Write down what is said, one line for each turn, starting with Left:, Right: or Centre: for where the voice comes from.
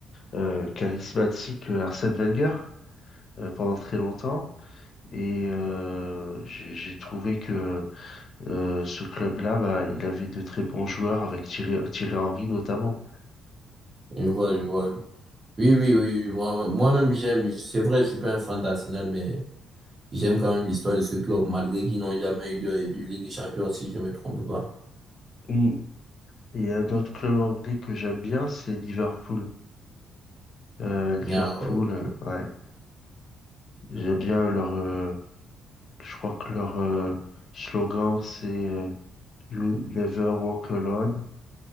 Left: euh, charismatique euh, Arsène Wenger euh, pendant très longtemps. Et euh, j'ai j'ai trouvé que euh, ce club-là, bah, il avait de très bons joueurs avec Thierry, Thierry Henry notamment.
Right: Je vois, je vois. Oui, oui, oui, oui. Moi, moi-même, j'aime. C'est vrai, je suis pas un fan d'Arsenal, mais j'aime quand même l'histoire de ce club, malgré qu'ils n'ont jamais eu de, de Ligue des Champions, si je me trompe pas.
Left: Mm. Et un autre club anglais que j'aime bien, c'est Liverpool. Euh, Liverpool,
Right: Ah, ok.
Left: euh, ouais. J'aime bien leur, euh, je crois que leur euh, slogan, c'est euh, You never walk alone,